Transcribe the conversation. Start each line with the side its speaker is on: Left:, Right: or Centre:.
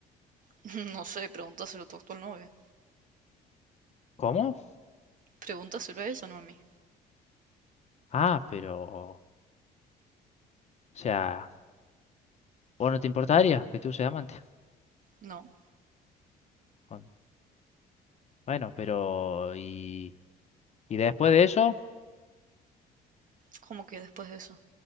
Right: <laughs> No sé, pregúntaselo tú a tu actual novia.
Left: ¿Cómo?
Right: Pregúntaselo a ella, no a mí.
Left: Ah, pero, o sea, ¿vos no te importaría que tú seas amante?
Right: No,
Left: Con- Bueno, pero, ¿y, y después de eso?
Right: ¿cómo que después de eso?